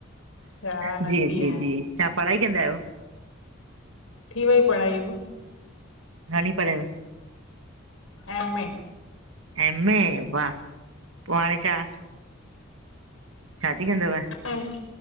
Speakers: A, on the left (about 80°); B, on the right (about 85°).
A: हा
B: जी,
A: नंढी
B: जी,
A: आहियां
B: जी। छा, पढ़ाई कंदा आहियो?
A: थी वई पढ़ाई बि।
B: घणी पढ़ेव?
A: एमे।
B: एमे वाह! पो हाणे छा शादी कंदव।
A: अ <inaudible>